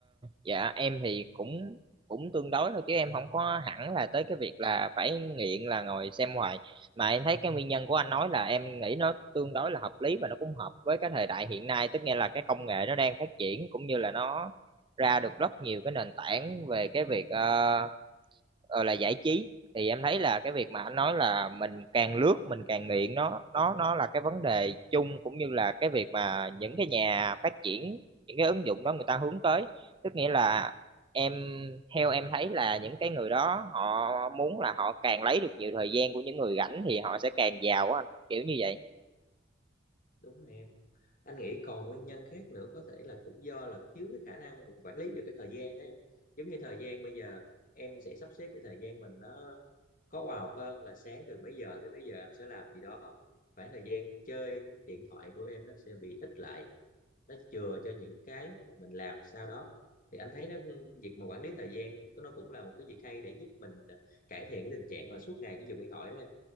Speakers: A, on the right; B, on the left.
A: dạ em thì cũng cũng tương đối thôi chứ em không có hẳn là tới cái việc là phải nghiện là ngồi xem hoài mà em thấy cái nguyên nhân của anh nói là em nghĩ nó tương đối là hợp lý và nó cũng hợp với cái thời đại hiện nay tức nghĩa là cái công nghệ nó đang phát triển cũng như là nó ra được rất nhiều cái nền tảng về cái việc ờ, ờ, là giải trí thì em thấy là cái việc mà anh nói là mình càng lướt mình càng nghiện nó nó nó là cái vấn đề chung cũng như là cái việc mà những cái nhà phát triển những cái ứng dụng đó người ta hướng tới tức nghĩa là em theo em thấy là những cái người đó họ muốn là họ càng lấy được nhiều thời gian của những người rảnh thì họ sẽ càng giàu á anh kiểu như vậy
B: đúng rồi em anh nghĩ còn nguyên nhân khác nữa có thể là cũng do là thiếu cái khả năng quản lý được cái thời gian ấy giống như thời gian bây giờ em sẽ sắp xếp cái thời gian mình nó có khoa học hơn là sáng từ mấy giờ tới mấy giờ em sẽ làm gì đó khoảng thời gian chơi điện thoại của em nó sẽ bị ít lại nó chừa cho những cái mà mình làm sau đó thì anh thấy nó việc mà quản lý thời gian có nó cũng là một cái việc hay để giúp mình cải thiện cái tình trạng mà suốt ngày cái dùng điện thoại đó em